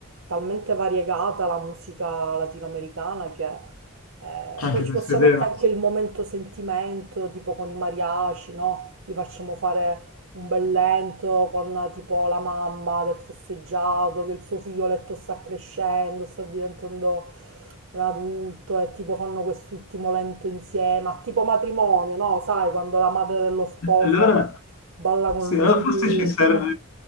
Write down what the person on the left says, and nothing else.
Anche
questo
è vero.
Allora,
sì,
allora forse ci serve,